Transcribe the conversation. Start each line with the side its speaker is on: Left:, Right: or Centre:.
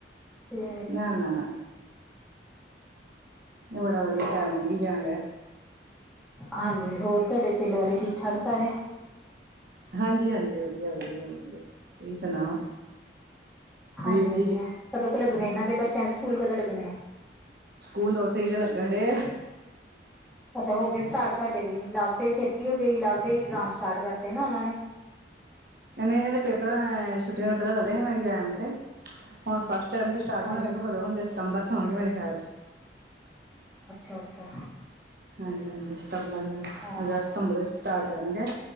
Centre: ਤੇ
Right: ਨਾ, ਨਾ, ਨਾ। ਇਹ ਬੜਾ ਵਦੀਆ ਟਾਈਮ ਲੰਗੀ ਜਾਣਿਆ।
Centre: ਹਾਂਜੀ ਹੋਰ ਤੁਹਾਡੇ ਪਿੰਡ ਵਾਲੇ ਠੀਕ ਠਾਕ ਸਾਰੇ।
Right: ਹਾਂਜੀ-ਹਾਂਜੀ, ਵਦੀਆ, ਵਦੀਆ, ਵਦੀਆ। ਤੁਈ ਸੁਣਾਓ
Centre: ਹਾਂਜੀ
Right: ਵੀਰ ਜੀ।
Centre: ਵਧੀਆ ਕਦੋਂ ਕ ਲੱਗਣੇ ਇਹਨਾਂ ਦੇ ਬੱਚਿਆਂ ਦੇ ਸਕੂਲ ਕਦੋਂ ਲੱਗਣੇ ਆ।
Right: ਸਕੂਲ ਉੱਥੇ ਹੀ ਲੱਗਣ ਡੇ ਐ।
Centre: ਅੱਛਾ ਹੋ ਗਏ ਸਟਾਰਟ ਤੁਆਡੇ ਵੀ, ਲਵ ਤੇ ਛੇਤੀ ਹੋ ਗਈ ਲਵ ਤੇ ਇਗਜ਼ਾਮ ਸਟਾਰਟ ਕਰਤੇ ਨਾ ਉਹਨਾਂ ਨੇ।
Right: ਨਈ-ਨਈ ਇਹਦੇ ਪੇਪਰਾਂ ਛੁਟੀਆਂ ਤੋਂ ਪਹਿਲਾਂ ਚੱਲਦੇ ਇਹਦਾ ਇਗਜ਼ਾਮ ਤੇ ਹੁਣ ਫਸਟ ਟਰਮ ਦੇ ਸਟਾਰਟ
Centre: ਹਾਂਜੀ
Right: ਹੋਣੇ ਵੇਖੋ ਕਦੋਂ ਹੋਂਦੇ ਸਤੰਬਰ ਚ ਹੋਣਗੇ ਮੇਰੇ ਖਿਆਲ ਚ।
Centre: ਅੱਛਾ-ਅੱਛਾ।
Right: ਹਾਂਜੀ-ਹਾਂਜੀ, ਸਤੰਬਰ ਹ
Centre: ਹਾਂ
Right: ਅਗਸਤ ਸਤੰਬਰ ਚ ਸਟਾਰਟ ਕਰਨਗੇ।